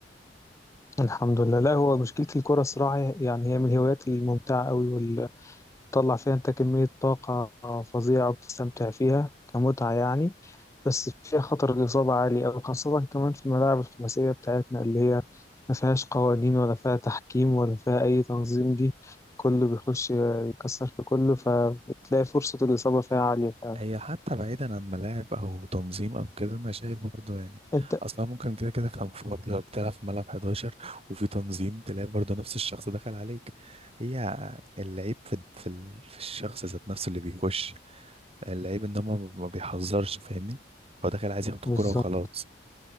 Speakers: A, on the left (about 15°); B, on the right (about 35°).
A: الحمد لله لا هو مشكلة الكرة الصراحة يعني هي من الهوايات الممتعة قوي واللي بتطلع فيها انت كمية طاقة فظيعة وبتستمتع فيها كمتعة يعني بس فيها خطر الإصابة عالي أوي خاصة كمان في الملاعب الخماسية بتاعتنا اللي هي ما فيهاش قوانين ولا فيها تحكيم ولا فيها أي تنظيم دي كله بيخش يكسر في كله فبتلاقي فرصة الإصابة فيها عالية فعلا
B: هي حتى بعيدا عن ملاعب او تنظيم او كده انا شايف برضه يعني
A: أنت
B: اصلا ممكن كده كده كان في برضه لو بتلعب في ملعب 11 وفي تنظيم تلاقي برضه نفس الشخص دخل عليك هي اللعيب في في, ال- في الشخص ذات نفسه اللي بيخش اللعيب ان هو ما ما بيحذرش فاهمني هو داخل عايز ياخد الكوره
A: بالظبط
B: وخلاص